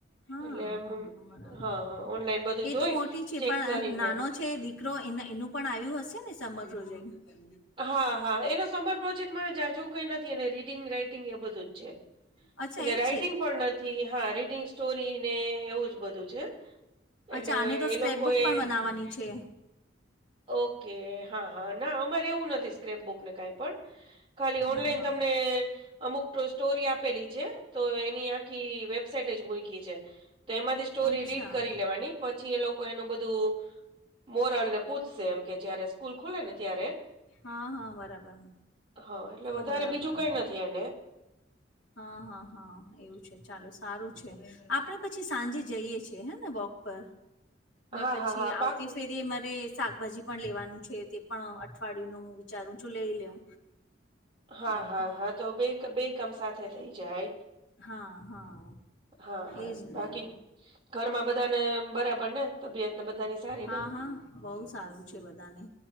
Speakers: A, on the left; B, on the right.
A: હા હા
B: એટલે
A: હા બરાબર
B: હા-હા ઓનલાઈન બધું
A: એ
B: જોઈ
A: તો મોટી છે
B: ચેક
A: પણ
B: કરીને
A: નાનો છે. દીકરો એનું પણ આવ્યું હશે ને સમર પ્રોજેક્ટ
B: હા-હા એનો સમર પ્રોજેક્ટમાં જાજવું કઈ નથી એ રીડિંગ રાઈટિંગ એ બધું જ છે.
A: અચ્છા
B: એટલે
A: એ
B: રાઈટિંગ પણ નથી હા રીડિંગ સ્ટોરી ને એવું જ બધું છે. એટલે
A: અચ્છા આને તો
B: એ
A: સ્ક્રેપ
B: લોકો
A: બુક
B: એ
A: પણ બનાવવાની છે.
B: ઓકે હા હા ના અમારે એવું નથી, સ્ક્રેપ બુકને કાઈ પણ ખાલી ઓનલાઈન
A: હા હા
B: તમને અમુક સ્ટોરી આપેલી છે. તો એની આખી વેબસાાઈટ જ મુ તો એમાંથી, સટોરી
A: અચ્છા
B: રીડ કરી લેવાની પછી એ લોકો એનું બધુ મોરલ ને પૂછશે, એમ કે જયારે સ્કૂલ ખુલે ને ત્યારે
A: હા-હા બરાબર
B: હા, એટલે વધારે
A: બરાબર
B: બીજું કઈ નથી, એને
A: હા હા હા એવું છે ચાલો સારું છે. આપણે પછી સાંજે જઈએ છીએ, હ ને વોક પર
B: હા,
A: પછી
B: હા. હા,
A: આવતી
B: પાક્કું.
A: ફેરી, મારે શાકભાજી પણ લેવાનું છે. તે પણ અઠવાડયું નું હું વિચારું છું લઈ લેઉ
B: હા-હા-હા
A: એમ
B: તો બે બે કમ સાથે થઇ જાય
A: હા હા
B: હા-હા
A: એજ
B: બાકી
A: ને
B: ઘરમાં બધાને બરાબર ને તબિયત ને બધાની સારી
A: હા-હા
B: ને?
A: બહ સારું છે. બધાને